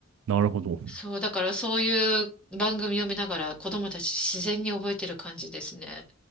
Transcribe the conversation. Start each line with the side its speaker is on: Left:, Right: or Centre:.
Right: なるほど。
Centre: そう、だからそういう番組を見ながら、子供たち自然に覚えてる感じですね。